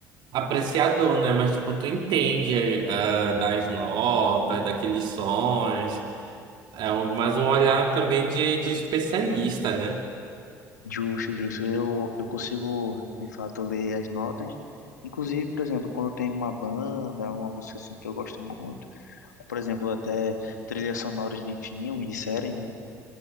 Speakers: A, on the right; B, on the left.
A: apreciador, né, mas tipo tu entende ah, das notas, daqueles sons. É um, mais um olhar também de, de especialista, né?
B: Justo, justo. Eu, eu consigo, de fato, ler as notas. Inclusive, por exemplo, quando tem uma banda, uma música assim que eu gosto muito, por exemplo, até trilhas sonoras de filmes, de séries, né?